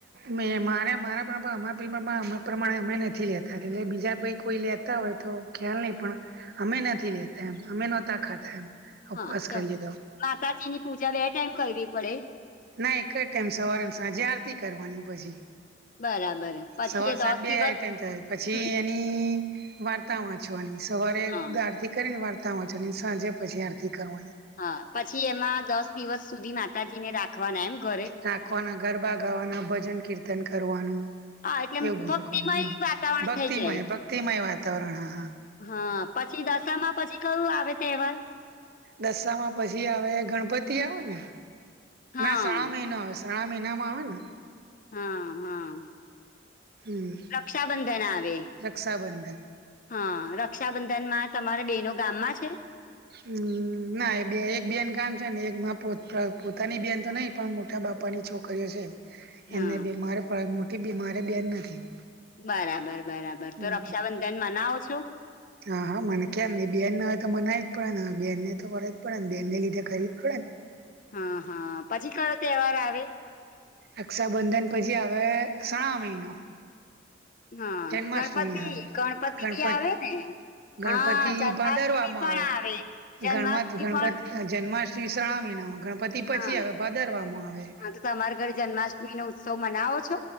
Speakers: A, on the right; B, on the left.
A: મારે મારા અમારામા પીઅ પ્રમાણે અમે નથી લેતા. એટલે બીજા પઈ કોઈ લેતા હોય તો ખ્યાલ નહી પણ અમે નથી લેતા એમ, અમે નહોતા ખાતા એમ. ઉપવાસ
B: હા તો
A: કરીએ
B: માતાજીની પૂજા બે ટાઈમ કરવી પડે.?
A: ના એક જ ટાઈમ સવારે, સાંજે આરતી કરવાની પછી.
B: બરાબર પછી
A: સવાર
B: એ
A: સાંજ
B: દસ
A: બે
B: દિવસ
A: યા ટાઈમ થાય પછી
B: હમ
A: એની છી વાર્તા વાંચવાની સવારે
B: હા
A: આરતી કરીને વાર્ત તા વાંચવાની અને સાંજે પછી આરતી કરવાની.
B: હા પછી એમાં દસ દિવસ સુધી માતાજીને રાખવાના એમ? ઘરે
A: રાખવાના, ગરબા ગાવાના, ભજન કીર્તન કરવાનું.
B: હા એટલે
A: એવું બધું
B: ભક્તિમય
A: કરવા નું
B: વાતાવરણ
A: ભક્તિમય
B: થઈ જાય
A: ભક્તિમય વાતાવરણ હા હા,
B: હા પછી દશામાં પછી કયું આવે તહેવાર.?
A: દસામાં પછી આવે ગણપતિ આવે ને?
B: હા
A: ના શ્રાવણ મહિનો આવે છે. ઘ્રણા મહિનામાં આવેને.?
B: હા હા
A: હમ
B: રક્ષાબંધન આવે.
A: રક્ષાબંધન.
B: હા રક્ષાબંધનમાં તમારા બેનો ગામમાં છે.?
A: હમ ના બે એક બેન ગામ છે ને એક મા પોતાની બેન તો નહી પણ મોટા બાપાની છોકરીઓ છે
B: હા
A: એમને બીમાર પડે મોટી બીમારી બેન નથી.
B: બરાબર બરાબર
A: હમ
B: તો રક્ષાબંધન મનાવો છો?
A: હા હા મને કેમ નય બેન ના હોય તો મનાય પડેને બેનને તો કરવી જ પડેને બેનને લીધે કરવી જ પડેને.
B: હા હા પછી કયો તહેવાર આવે.?
A: રક્ષાબંધન પછી આવે સાવન મહિનો.
B: હા
A: જન્માષ્ટમી
B: ગણપતિ
A: આવે
B: ગણપતિ
A: ગણપત
B: બી આવે ને?
A: ગણપતિ
B: હા જન્માષ્ટમી
A: ભાદરવામાં
B: પણ આવે, જન્માષ્ટમી
A: ગણમત ગણપતિ
B: પણ
A: જન્માષ્ટમી શ્રાવણ મહિનામાં, ગણપતિ પછી
B: હા
A: આવે ભાદરવામાં આવે.
B: હા તો તમારા ઘર જન્માષ્ટમી નો ઉત્સવ મનાવો છો?